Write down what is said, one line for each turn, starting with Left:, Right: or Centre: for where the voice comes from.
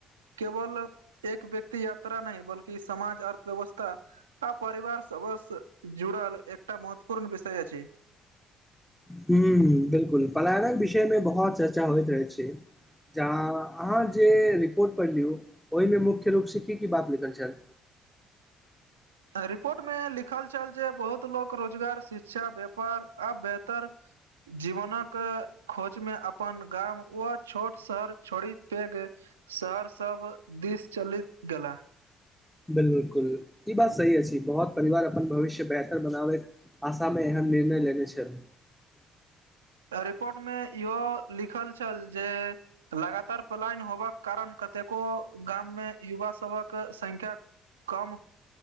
Right: केवल एक व्यक्ति यात्रा नहि बल्कि समाज अर्थव्यवस्था आ परिवार सबसे जुड़ल एकटा महत्वपूर्ण विषय अछि
Centre: हु बिलकुल पलायनक विषय मे बहुत चर्चा होइत रहैत छै ज अहाँ जे रिपोर्ट पढ़ लियौ ओहिमे मुख्य रूप से की की बात लिखल छल
Right: रिपोर्ट मे लिखल छल जे बहुत लोक रोजगार शिक्षा व्यापार आब बेहतर जीवन क खोज मे अप्पन गाम व छोट शहर छोड़ी पैघ शहर सब दिस चलीत गेलाह
Centre: बिल्कुल ई बात सही अछि बहुत परिवार अपन भविष्य बेहतर बनाबै आशा मे एहन निर्णय लेने छल
Right: रिपोर्ट मे इहो लिखल छल जे लगातार पलायन होबाक कारण कतेको गाम मे युवा सभक संख्या कम